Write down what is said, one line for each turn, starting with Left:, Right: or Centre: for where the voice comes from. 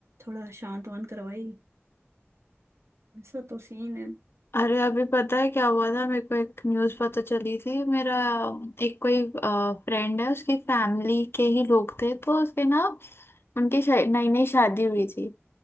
Right: थोड़ा शांत वांत करवाई ऐसा तो सीन है
Left: अरे अभी पता है क्या हुआ था मेरे को एक न्यूज़ पता चली थी मेरा एक कोई फ्रेंड है उसकी फैमिली के ही लोग थे तो उसके ना उनकी शा- नई नई शादी हुई थी